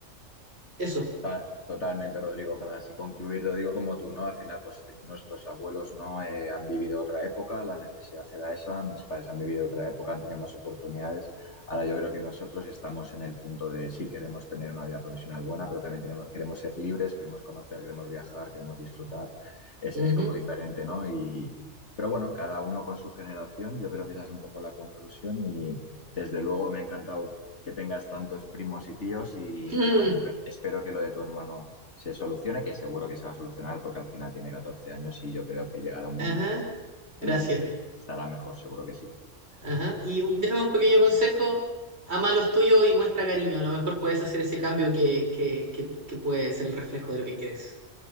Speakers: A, on the right (about 55°); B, on the left (about 60°).
A: Eso.
B: Ta- Totalmente, Rodrigo, para así concluir, lo digo como tú, ¿no? Al final, pues nuestros abuelos no Eh, han vivido otra época, la necesidad era esa, mis padres han vivido otra época, han tenido más oportunidades. Ahora yo creo que nosotros estamos en el punto de sí, queremos tener una vida profesional buena, pero también tenemos- queremos ser libres, queremos conocer, queremos viajar, queremos disfrutar. Es,
A: Ujú.
B: es como diferente, ¿no? Y, pero bueno, cada uno con su generación, yo creo que esa es un poco la conclusión y desde luego me ha encantado que tengas tantos primos y tíos y,
A: <clears throat>
B: y bueno, espe-
A: <laughs>
B: espero, que lo de tu hermano se solucione, que seguro que se va a solucionar porque al final tiene 14 años y yo creo que llegará un momento
A: Ajá.
B: en
A: Gracias.
B: el que estará mejor, seguro que sí.
A: Ajá. Y un- déjame un pequeño consejo, ama a los tuyos y muestra cariño. A lo mejor puedes hacer ese cambio que, que, que, que puede ser el reflejo de lo que quieres.